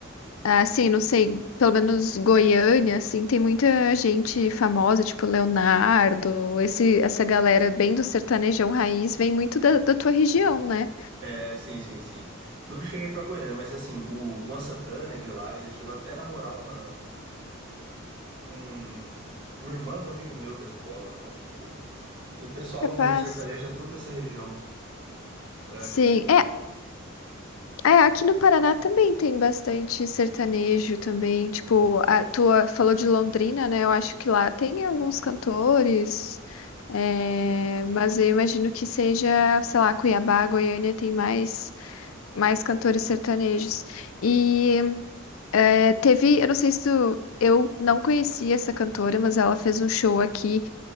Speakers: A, on the left; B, on the right.
A: assim, não sei, pelo menos Goiânia, assim, tem muita gente famosa, tipo Leonardo, esse, essa galera bem do sertanejão raiz vem muito da, da tua região, né?
B: É, sim, sim, sim. Nunca cheguei pra Goiânia, né, mas assim, o Luan Santana é de lá, ele chegou até a namorar uma, um, um irmã do amigo meu da escola, sabe? Tipo, o pessoal
A: Capaz.
B: do sertanejo é tudo dessa região, é,
A: Sim,
B: de...
A: é, é, aqui no Paraná também tem bastante sertanejo também, tipo, a tua falou de Londrina, né? Eu acho que lá tem alguns cantores, é, mas eu imagino que seja, sei lá, Cuiabá, Goiânia tem mais mais cantores sertanejos. E é, teve, eu não sei se tu, eu não conhecia essa cantora, mas ela fez um show aqui